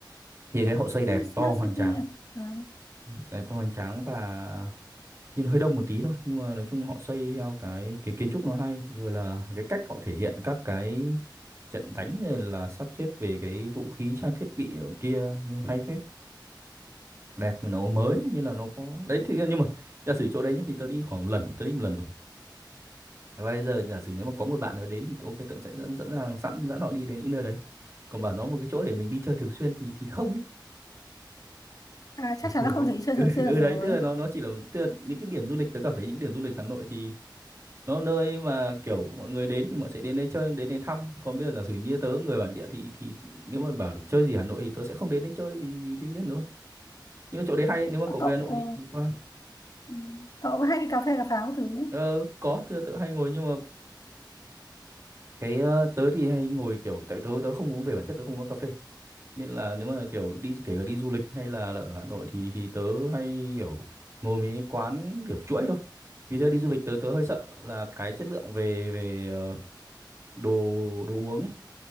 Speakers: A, on the right; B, on the left.
A: thì cái họ xây đẹp
B: Smart
A: to hoành
B: City
A: tráng
B: à, à.
A: Ừ, đẹp to hoành tráng và nhìn hơi đông một tí thôi nhưng mà nói chung họ xây theo cái cái kiến trúc nó hay rồi là cái cách họ thể hiện các cái trận đánh rồi là sắp xếp về cái vũ khí trang thiết bị ở kia nhưng hay phết đẹp mà nó mới nên là nó có đấy thì nhưng mà giả sử chỗ đấy nhé thì tớ đi khoảng lần tớ đi một lần rồi và bây giờ giả sử nếu mà có một bạn nào đến thì ok tớ cũng sẽ dẫn dẫn rằng sẵn dẫn họ đi đến những nơi đấy còn bảo nó một cái chỗ để mình đi chơi thường xuyên thì thì không ấy
B: À, chắc
A: Được
B: chắn
A: kiểu
B: là không
A: đấy
B: thấy chơi
A: ừ,
B: thường xuyên
A: ừ
B: được
A: đấy
B: rồi
A: tức là nó nó chỉ là tức là những cái điểm du lịch tớ cảm thấy những điểm du lịch Hà Nội thì nó nơi mà kiểu mọi người đến thì mọi sẽ đến đây chơi đến đây thăm còn bây giờ giả sử như tớ người bản địa thì thì nếu mà bảo để chơi gì Hà Nội thì tớ sẽ không đến đây chơi vì vì đương nhiên rồi nhưng mà chỗ đấy hay đấy. nếu mà
B: Ờ,
A: cậu
B: cậu
A: về Hà Nội
B: ờ,
A: thì thì qua
B: ừ, cậu có hay đi cà phê cà pháo các thứ không?
A: Ờ, có thưa tớ hay ngồi nhưng mà cái ờ, tớ thì hay ngồi kiểu tại tớ tớ không uống về bản chất tớ không uống cà phê nên là nếu mà kiểu đi kể cả đi du lịch hay là, là ở Hà Nội thì thì tớ hay kiểu ngồi mấy cái quán kiểu chuỗi thôi vì thế đi du lịch tớ tớ hơi sợ là cái chất lượng về về ờ, đồ đồ uống ấy.